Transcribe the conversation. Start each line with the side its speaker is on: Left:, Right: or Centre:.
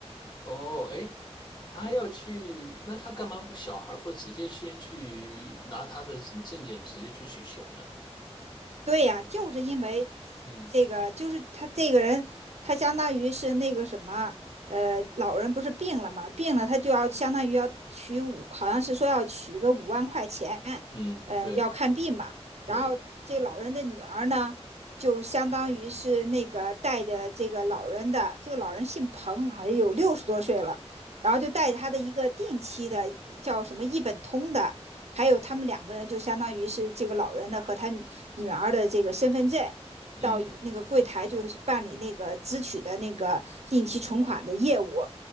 Left: 哦，哎，他要去，那他干嘛不小孩儿不直接先去拿他的什么证件直接去取钱呢？
Right: 对呀，就是因为
Left: 嗯
Right: 这个，就是他这个人，他相当于是那个什么，呃，老人不是病了嘛，病了他就要相当于要取五，好像是说要取个五万块钱，
Left: 嗯，
Right: 嗯、
Left: 对
Right: 要看病嘛。
Left: 对，
Right: 然后这老人的女儿呢，就相当于是那个带着这个老人的，这个老人姓彭，好像有六十多岁了，然后就带着他的一个定期的叫什么一本通的，还有他们两个人就相当于是这个老人的和他女儿的这个身份证，
Left: 嗯
Right: 到那个柜台就是办理那个支取的那个定期存款的业务。